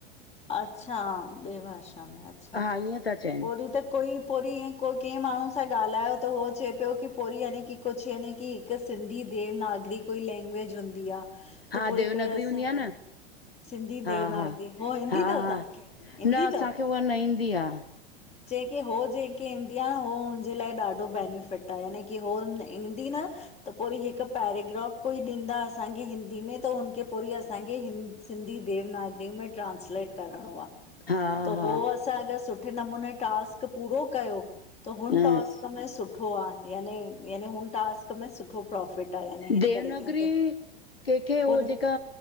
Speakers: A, on the left; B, on the left.
A: अच्छा ॿिए भाषा में अच्छा
B: हा ईअं था चवनि
A: पोरी त कोई पोइरी ईअं को कंहिं माण्हू सां ॻाल्हायो त हो चए पियो की पोइरी यानी की कुछ यानी की त सिंधी देवनागरी कोई लैंग्वेज हूंदी आ
B: हा
A: त पोरी
B: देवनागरी
A: कोई असां
B: हूंदी आहे
A: हाने
B: न
A: सिंधी
B: हा
A: देवनागरी
B: हा
A: हो ईंदी
B: हा
A: थव
B: हा
A: तां खे ईंदी
B: न असांखे
A: थव
B: उहा न ईंदी आहे
A: जें खे हो जंहिंखे ईंदी आ न उहो हुनजे लाए ॾाडो बैनिफिट आहे। जंहिंखे हो ईंदी न त पोइरी हिक पैराग्राफ कोई ॾींदा असांखे हिंदी में त हुनखे पोइरी असांखे हि सिंधी देवनागरी में ट्रांसलेट करणो आ
B: हा
A: त
B: हा
A: हो असांखे सु सुठे नमूने टास्क पूरो कयो त हुन
B: हम्म
A: टास्क में सुठो आ यानी हुन टास्क में सुठो प्रोफिट आ याने हिन
B: देवनागरी
A: करे ईअं क
B: कंहिंखे हो
A: पूरी
B: जेका